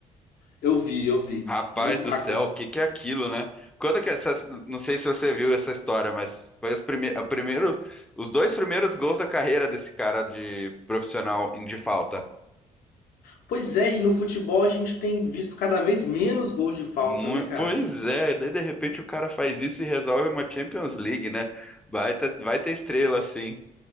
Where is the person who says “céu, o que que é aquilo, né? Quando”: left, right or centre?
Centre